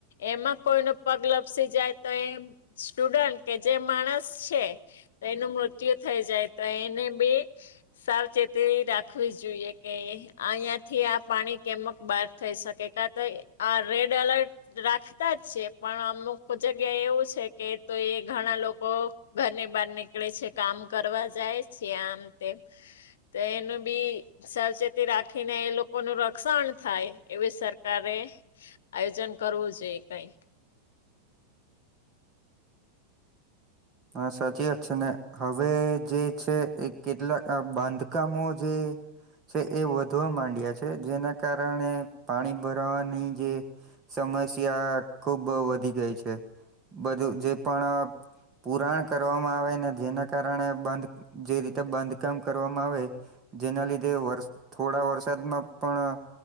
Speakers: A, on the left; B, on the right.
A: એમાં કોઈનો પગ લપસી તો એ સ્ટુડન્ટ કે જે માણસ છે. એનું મૃત્યુ થઈ જાય તો એને બે. સાવચેતી રાખવી જોઈએ કે અહીયાયાથી આ પાણી કેમક થઈ શકે કા તો આ રેડ એલર્ટ રાખતા જ છે. પણ અમુક જગ્યા એવું છે કે તો ઘણા લોકો ઘરને બહાર નીકળે છે કામ કરવા જાય છે આમ તેમ. તે એનું બી સાવચેતી રાખીને એ લોકોનું રક્ષણ થાય એવી સરકારે આયોજન કરવું જોઈએ કાઈ.
B: હા સાચી વાત છે ને હવે જે છે એ કેટલાક આ બાંધકામો જે છે એ વધવા માંડયા છે કારણે પાણી ભરાવાની જે સમસ્યા ખુબ વધી ગઈ છે, બધું જે પણ પુરાણ કરવામાં આવે ને જેના કારણે બંધ જે રીતે બાંધકામ કરવામ આવે. જેના લીધે વર થોડા વરસાદમાં પણ